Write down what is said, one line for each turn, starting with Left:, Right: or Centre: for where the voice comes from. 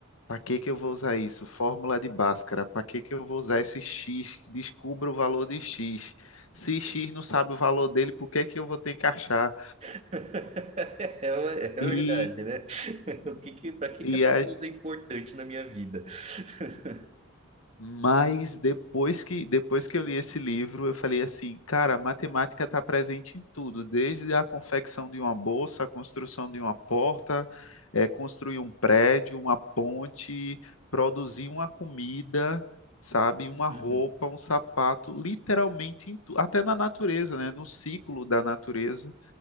Left: para que que eu vou usar isso? Fórmula de Bhaskara, para que que eu vou usar esse X? Descubra o valor de X. Se X não sabe o valor dele, por que que eu vou ter que achar?
Right: <laughs> É, uma- é verdade,
Left: E
Right: né? <laughs> O que que, para que
Left: e
Right: que essa
Left: a
Right: coisa é importante na minha vida? <laughs>
Left: Mas depois que, depois que eu li esse livro, eu falei assim, cara, a matemática está presente em tudo, desde a confecção de uma bolsa, a construção de uma porta, eh, construir um prédio, uma ponte, produzir uma comida, sabe, uma roupa,
Right: Uhum.
Left: um sapato, literalmente em tu, até na natureza, né? No ciclo da natureza,